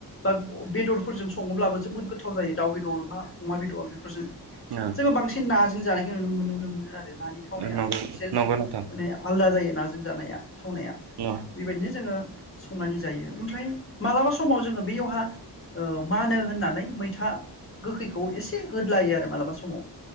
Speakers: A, on the left; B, on the right.
A: बा बेदरफोरजों सङोब्लाबो जोबोद गोथाव जायो दाउ दाउ बेदर बा अमा बेदर बेफोरजों
B: औ
A: जोङो बांसिन नाजों जानायखौ नु नुनो मोनो आरो नानि थावनायानो
B: नंगौ
A: एसे
B: नंगौ नोंथां
A: माने आलदा जायो नाजों जानाया थावनाया
B: औ
A: बेबायदिनो जोङो संनानै जायो ओमफ्राय मालाबा समाव जोङो बैयावहा ओ मानो होननानै मैथा गोखैखौ एसे होदलायो आरो मालाबा समाव।